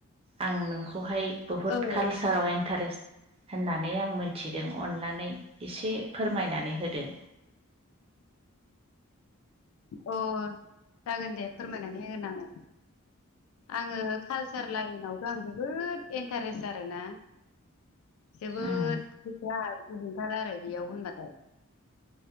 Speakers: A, on the right (about 25°); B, on the left (about 75°).
A: आं नोंखौहाय बुहुद
B: औ
A: कालसाराव इन्टारेस्ट होननानै आं मोनथिदों। अन्नानै एसे फोरमायनानै होदो।
B: अ जागोन दे, फोरमायनानै होगोन आङो। आङो कालसार लाइनावथ' आं जोबोद इन्टारेस्ट आरोना। जोबोद
A: उम
B: गोसोया गुदुंथारो आरो बेयाव होनबाथाय।